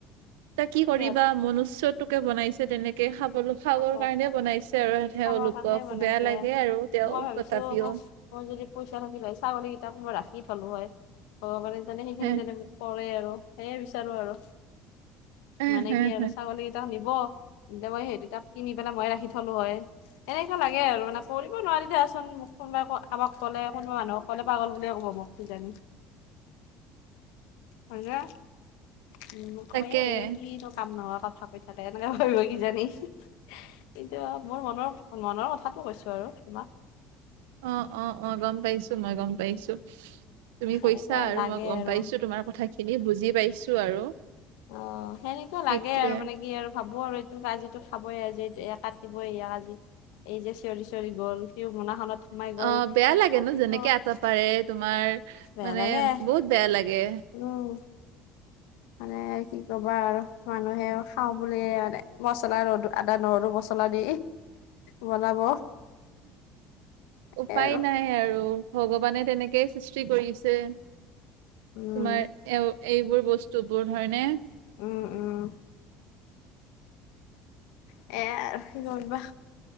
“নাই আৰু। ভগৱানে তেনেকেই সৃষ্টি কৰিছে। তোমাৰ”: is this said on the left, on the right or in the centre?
Right